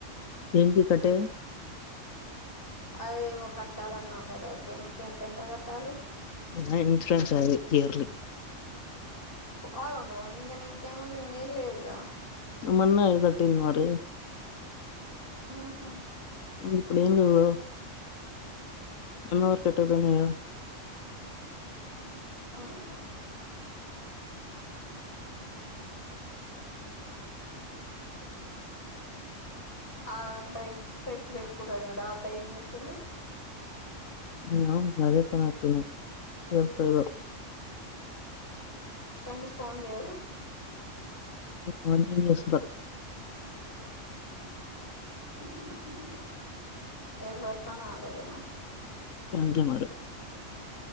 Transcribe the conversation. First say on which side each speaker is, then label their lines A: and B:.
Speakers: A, on the left; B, on the left.
A: దేనికి కట్టేది
B: అదేమో కట్టాలన్నావు కదా దేనికి ఎంతెంత కట్టాలి
A: నా ఇన్సూరెన్స్ అదు ఇయర్లీ
B: అవును ఇంగనీకేముంది ఇంకేం లేదుగా
A: మొన్నే ఇది కట్టింది మరి
B: మ్మ్ హ్మ్
A: ఇప్పుడేం లెవ్వు అమ్మవారికి పెట్టపోని కదా
B: ఆహా ఆ అబ్బాయి స్పెట్స్ పెట్టుకుంటాడు చూడు ఆ అబ్బాయి ఏం చేస్తుండు
A: ఏమో నీకు అదే పని అయినట్టు ఉంది చేసుకో ఇగ
B: పెండు ఫోన్ చేయడు
A: మన్సు <unintelligible>
B: మ్మ్ హ్మ్ ఎవ్వరి పనాళ్ళదేన
A: అంతే మరి